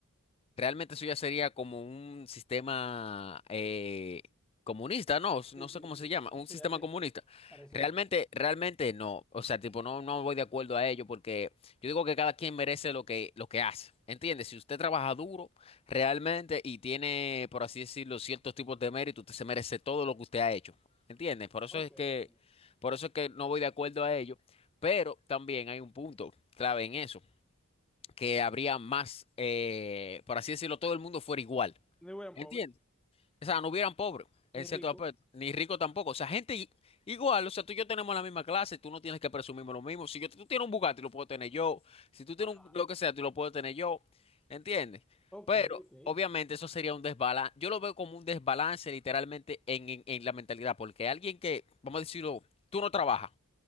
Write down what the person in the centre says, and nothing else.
Sí,
sí,
sí,
sí,
sí,
así.
Parecido.
Ok,
ok.
Ni buen
pobre,
ni
rico.
Ajá.
Ok,
ok.